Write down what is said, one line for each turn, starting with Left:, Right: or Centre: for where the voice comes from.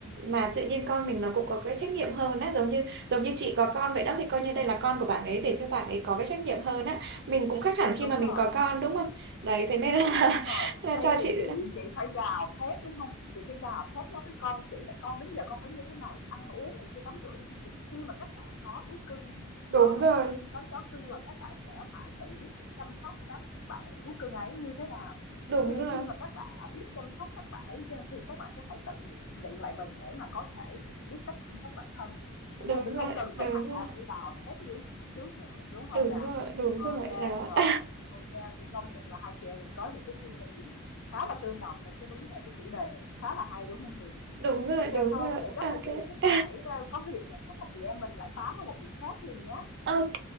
Right: mà tự nhiên con mình nó cũng có cái trách nhiệm hơn á, giống như giống như chị có con vậy đó thì coi như đây là con của bạn ấy để cho bạn ấy có cái trách nhiệm hơn á. Mình cũng khác hẳn
Left: đúng
Right: khi mà mình
Left: rồi,
Right: có
Left: đúng
Right: con đúng không? Đấy thế nên là
Left: đúng rồi
Right: <laughs> là
Left: thay
Right: cho
Left: vì
Right: chị
Left: chị chị phải gào thét đúng không chị phải gào thét nói với con chị là con đến giờ con phải như thế này ăn uống này kia tắm rửa này kia thì khi mà các bạn có thú cưng
Right: đúng
Left: có mèo
Right: rồi,
Left: cưng có chó cưng rồi các bạn sẽ phải tự biết cách chăm sóc các bạn thú cưng ấy như thế nào
Right: đúng
Left: thì
Right: rồi,
Left: khi mà các bạn đã biết chăm sóc các bạn ấy như thế nào thì các bạn sẽ phải tự nhận, lại mình để mà có thể biết cách chăm sóc bản thân đúng
Right: đúng
Left: không thì
Right: rồi,
Left: không cần
Right: đúng
Left: phải mẹ
Right: rồi.
Left: phải gào thét như trước nữa đúng không
Right: đúng
Left: nào
Right: rồi đúng
Left: ok
Right: rồi đó
Left: rồi
Right: <laughs>
Left: Ok, phải công nhận là hai chị em mình có những cái suy nghĩ khá là tương đồng trong cái vấn đề cái chủ đề này cũng khá là hay đúng không Huyền?
Right: đúng rồi
Left: Ok
Right: đúng
Left: thôi
Right: rồi
Left: bây giờ chắc
Right: ok
Left: là chị
Right: <laughs>
Left: cũng phải ờ, có việc rồi chắc là chị em mình lại tám vào một dịp khác Huyền nhé.
Right: ok